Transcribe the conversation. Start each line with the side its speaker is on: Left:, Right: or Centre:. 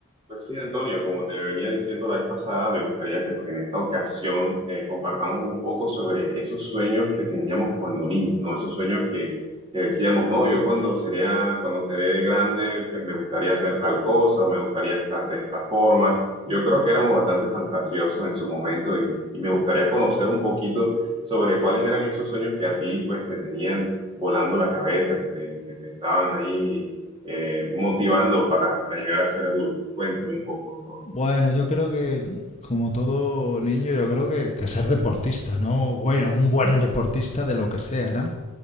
Right: Pues sí, Antonio, como te venía diciendo la vez pasada, me gustaría que pues, en esta ocasión eh, compartamos un poco sobre esos sueños que teníamos cuando niños, ¿no? Esos sueños que, que decíamos, no, yo cuando sería, cuando seré grande, pues me gustaría hacer tal cosa o me gustaría estar de esta forma. Yo creo que éramos bastante fantasiosos en su momento y, y me gustaría conocer un poquito sobre cuáles eran esos sueños que a ti pues te tenían volando la cabeza, que te, que te estaban ahí eh, motivando para, para llegar a ser adulto? Cuéntame un poco, por favor.
Left: Bueno, yo creo que, como todo niño, yo creo que, que ser deportista, ¿no? Bueno, un buen deportista de lo que sea, ¿no?